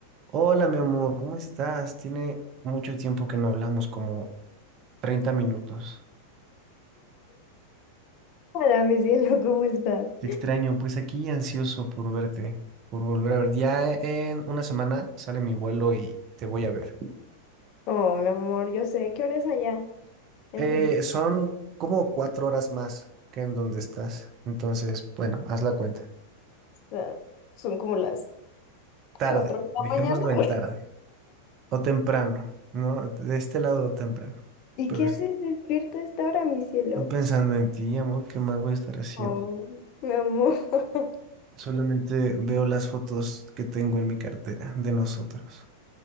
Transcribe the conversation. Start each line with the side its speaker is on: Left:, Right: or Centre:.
Right: Hola, mi amor, ¿cómo estás? Tiene mucho tiempo que no hablamos, como 30 minutos.
Left: Hola, mi cielo, ¿cómo estás?
Right: Te extraño, pues aquí ansioso por verte, por volver a ver. Ya en una semana sale mi vuelo y te voy a ver.
Left: Oh, mi amor, yo sé qué hora es allá en
Right: Eh,
Left: Filipinas.
Right: son como cuatro horas más que en donde estás. Entonces, bueno, haz la cuenta.
Left: Ah, Son como las
Right: Tarde,
Left: 4 de la
Right: dejémoslo
Left: mañana. <laughs>
Right: en tarde. O temprano, ¿no? De este lado temprano.
Left: ¿Y
Right: Pero
Left: qué haces
Right: sí,
Left: despierto a esta hora, mi cielo?
Right: no pensando en ti, amor, ¿qué más voy a estar haciendo?
Left: Oh, mi amor. <laughs>
Right: Solamente veo las fotos que tengo en mi cartera de nosotros.